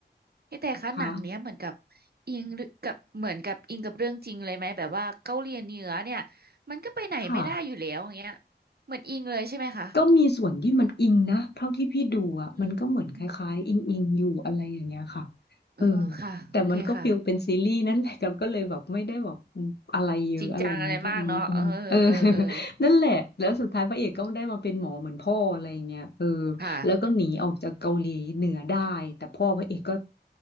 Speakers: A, on the right; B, on the left.
A: พี่แต่คะหนังเนี้ยเหมือนกับ
B: คะ
A: อิงหรือกับเหมือนกับอิงกับเรื่องจริงเลยไหมแบบว่าเกาหลีเหนือเนี่ยมันก็ไปไหนไม่ได้อยู่แล้วอย่างเงี้ย
B: ค่ะ
A: เหมือนอิงเลยใช่ไหมคะ
B: ก็มีส่วนที่มันอิงนะเท่าที่พี่ดูอ่ะมันก็เหมือนคล้ายๆอิงอิงอยู่อะไรอย่างเงี้ยค่ะ
A: อืมอืมอืมเออค่ะโอเคค่ะ
B: เออแต่มันก็ฟิลเป็นซีรีส์นั่นแหละครับก็เลยแบบไม่ได้แบบอะไรเยอะอะไรนี้ก็มีเออ
A: จริงจังอะไรมากเนาะเออเออเออ
B: <laughs> เออ <laughs> นั่นแหละแล้วสุดท้ายพระเอกก็ได้มาเป็นหมอเหมือนพ่ออะไรอย่างเงี้ยเออ
A: ค่ะ
B: แล้วก็หนีออกจากเกาหลีเหนือได้แต่พ่อพระเอกก็